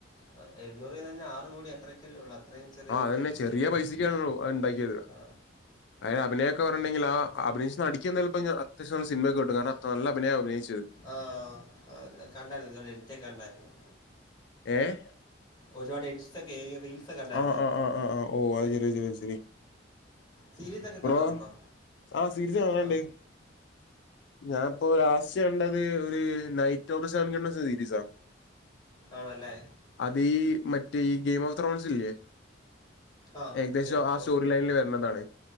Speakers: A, on the left; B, on the left.
A: ആ, എഴുന്നൂറ് തന്നെ ആറ് കോടി അത്രയ്ക്കല്ലേ ഉള്ളൂ അത്രയും ചെറിയ
B: ആഹ്
A: പൈസ
B: അത് തന്നെ
A: വെച്ച്
B: ചെറിയ
A: സിനിമയൊക്കെ
B: പൈസക്കാണല്ലോ അത് ഇണ്ടാക്കിയത്
A: ആ
B: ആഹ് അഭിനയൊക്കെ പറഞ്ഞിട്ടുണ്ടെങ്കിൽ ആഹ് അഭിനയിച്ച് നടിക്കു- അത്യാവശ്യം സിനിമ ഒക്കെ ഉണ്ട് കാരണം നല്ല അഭിനയമ അഭിനയിച്ചത്
A: ആഹ് കണ്ടായിരുന്നു ഇതുപോലെ എടുത്തേ കണ്ടായിരുന്നു
B: ഏഹ്
A: ഒരാളെ ഇൻസ്റ്റ കേ റീൽസ് കണ്ടായിരുന്നു
B: ആഹ്
A: ഞാൻ
B: ആഹ് ആഹ് ആഹ് ആഹ് ഓഹ് അത് ശരി
A: സീരീസൊക്കെ
B: ബ്രോ
A: കാണാറുണ്ടോ
B: ആഹ് സീരീസ് കാണാറ്ണ്ട്.
A: ആ
B: ഞാനിപ്പോ ലാസ്റ്റ് കണ്ടത് ഒരു നൈറ്റ് ഓഡ വിക്കിന്റെ സീരീസാണ്
A: ആണല്ലേ
B: അതീ മറ്റേ ഈ ഗെയിം ഓഫ് ത്രോൺസ് ഇല്ലിയോ
A: ആ
B: ഏകദേശം
A: ഗെയിം ഓഫ്
B: ആ
A: ത്രോൺസിൻ്റെ
B: സ്റ്റോറി ലൈനിൽ വരുന്നതാണ്